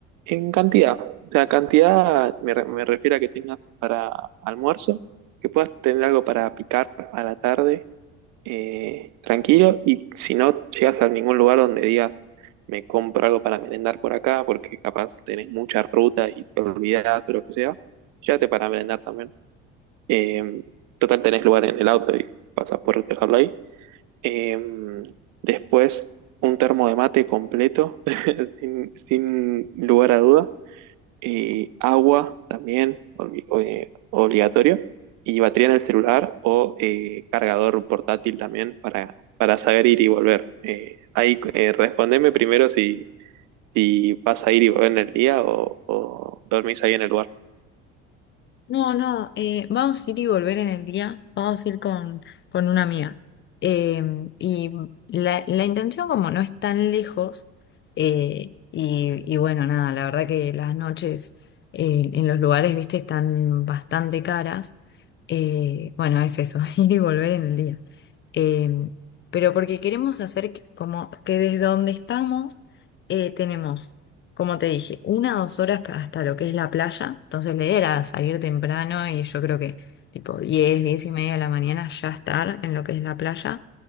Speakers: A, on the right; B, on the left.
A: en cantidad. O sea, cantidad me, re- me refiero a que tengas para almuerzo, que puedas tener algo para picar a la tarde, eh, tranquilo, y si no llegas a ningún lugar donde digas, me compro algo para merendar por acá, porque capaz tenés mucha ruta y te olvidás o lo que sea, llévate para merendar también. Eh, total, tenés lugar en el auto y vas a poder dejarlo ahí. Eh, después, un termo de mate completo, <laughs> sin, sin lugar a duda. Eh, agua también, obli- eh, obligatorio. Y batería en el celular o eh, cargador portátil también para, para saber ir y volver. Eh, ahí eh, respondeme primero si, si vas a ir y volver en el día o, o dormís ahí en el lugar.
B: No, no, eh, vamos a ir y volver en el día, vamos a ir con, con una amiga. Eh, y la, la intención como no es tan lejos, eh, y, y bueno, nada, la verdad que las noches eh, en los lugares, viste, están bastante caras. Eh, bueno, es eso, <laughs> ir y volver en el día. Eh, pero porque queremos hacer que- como que desde donde estamos eh, tenemos como te dije, una o dos horas pa- hasta lo que es la playa. Entonces la idea era salir temprano y yo creo que tipo 10 10 y media de la mañana ya estar en lo que es la playa.